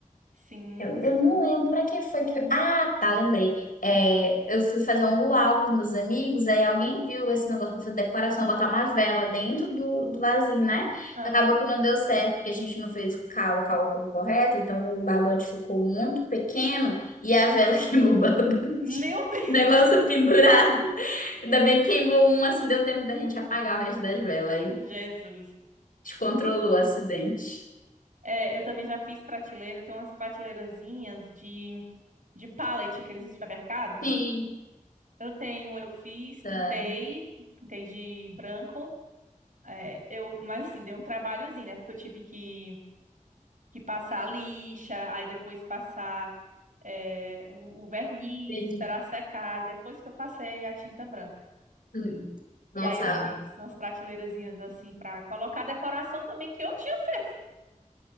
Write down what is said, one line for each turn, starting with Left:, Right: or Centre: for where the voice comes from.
Right: sim,
Left: Eu,
Right: sim.
Left: eu não lembro pra que foi que. eu- Ah, tá, lembrei. É, eu fui fazer um luau com os meus amigos, aí alguém viu esse negócio pra fazer decoração, botar uma vela dentro do, do vasinho, né?
Right: Aham.
Left: Acabou que não deu certo, porque a gente não fez o cal- o cálculo correto, então o barbante ficou muito pequeno e a vela <laughs> queimou o barbante.
Right: Meu Deus,
Left: O Negócio pendurado. Ainda bem que queimou um, assim deu tempo da gente apagar o resto das velas. Aí
Right: <laughs> Jesus.
Left: descontrolou o acidente.
Right: É, eu também já fiz prateleira, tem umas prateleirazinhas de, de pallet, aqueles de supermercado.
Left: Sim.
Right: Eu tenho, eu fiz, pintei,
Left: Nossa.
Right: pintei de branco. É, eu, mas assim, deu um trabalhozinho, né? Porque eu tive que, que passar a lixa, aí depois passar eh, o, o verniz,
Left: Beni-
Right: esperar secar, e depois que eu passei a tinta branca.
Left: hum. Nossa,
Right: E aí eu fiz umas prateleirazinhas assim para colocar a decoração também que eu tinha feito.